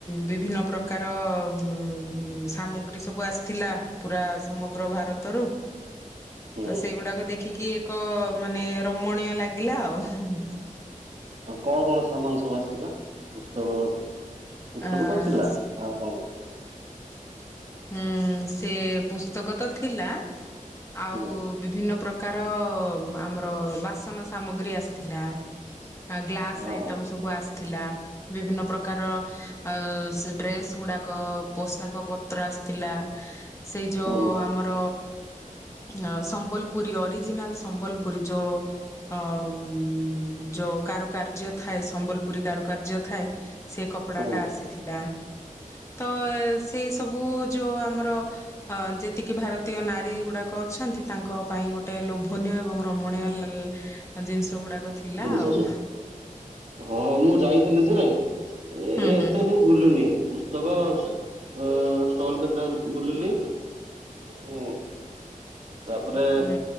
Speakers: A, on the left (about 20°); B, on the right (about 50°).
A: ବିଭିନ୍ନ ପ୍ରକାର ଉ ସାମଗ୍ରୀ ସବୁ ଆସିଥିଲା ପୁରା ସମଗ୍ର ଭାରତରୁ
B: ହୁଁ
A: ତ ସେଇଗୁଡାକ ଦେଖିକି ଏକ ମାନେ ରମଣୀୟ ଲାଗିଲା ଆଉ। <unintelligible>
B: ଆ କଁ କଣ ସମାନ ସବୁ ଆସିଥିଲା? ପୁସ୍ତକ ପୁସ୍ତକ
A: ଆ
B: ତ ଥିଲା ଆଉ କଣ?
A: ହୁଁ ସେ ପୁସ୍ତକ ତ ଥିଲା ଆଉ
B: ହୁଁ
A: ବିଭିନ୍ନ ପ୍ରକାର ଆମର ବାସନ ସାମଗ୍ରୀ ଆସିଥିଲା। ଆ ଗ୍ଲାସ୍
B: ଓହୋ
A: ଆଇଟମ୍ ସ୍ ସବୁ ଆସିଥିଲା ବିଭିନ୍ନ ପ୍ରକାର ଆଉ ସେ ଡ୍ରେସ୍ ଗୁଡାକ ପୋଷାକ ପତ୍ର ଆସିଥିଲା ସେଇ ଯୋଉ
B: ହୁଁ
A: ଆମର ଆ ସମ୍ବଲପୁରୀ ଅରିଜିନାଲ ସମ୍ବଲପୁରୀ ଯୋଉ ଆମ ଯୋଉ କାରୁକାର୍ଯ୍ୟ ଥାଏ ସମ୍ବଲପୁରୀ କାରୁକାର୍ଯ୍ୟ ଥାଏ ସେ କପଡା
B: ହୁଁ
A: ଟା ଆସିଥିଲା ତ ସେଇ ସବୁ ଯୋଉ ଆମର ଅ ଯେତିକି ଭାରତୀୟ ନାରୀ ଗୁଡାକ ଅଛନ୍ତି ତାଙ୍କ ପାଇଁ ଗୋଟେ ଲୋଭନୀୟ ଏବଂ ରମଣୀୟ ଲଲ୍ ଜିନିଷ ଗୁଡାକ ଥିଲା
B: ଜିନିଷ
A: ଆଉ।
B: ସବୁ ହଁ ମୁଁ ଯାଇଥିଲି ଯେ ଏ
A: ହୁଁ
B: ଏତେ
A: ହୁଁ
B: ମୁଁ ବୁଲିିନି ପୁସ୍ ତକ ଅ ଷ୍ଟଲ କେତେଟା ବୁଲିଲି ହୁଁ ତାପରେ
A: ହୁଁ